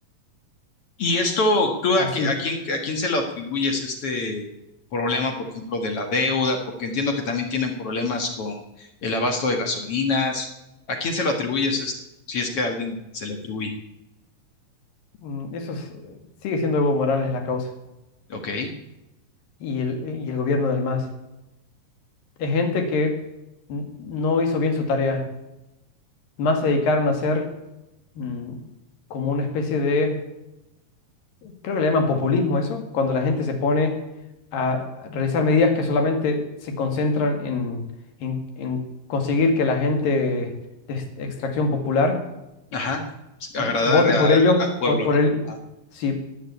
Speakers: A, on the left (about 45°); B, on the left (about 65°).
A: ¿Y esto tú a,
B: Así.
A: qui- a quién, a quién se lo atribuyes este problema, por ejemplo, de la deuda? Porque entiendo que también tienen problemas con el abasto de gasolinas. ¿A quién se lo atribuyes esto? Si es que a alguien se le atribuye.
B: Mm, Eso es- sigue siendo Evo Morales la causa.
A: Ok,
B: y el, y el gobierno del MAS. Es gente que n- no hizo bien su tarea. Más se dedicaron a hacer mm, como una especie de, creo que le llaman populismo eso, cuando la gente se pone a realizar medidas que solamente se concentran en, en- en conseguir que la gente de ex- extracción popular
A: ajá,
B: vote
A: agradar al,
B: por ellos,
A: al pueblo,
B: por, por
A: ¿no?
B: el,
A: Ah,
B: sí,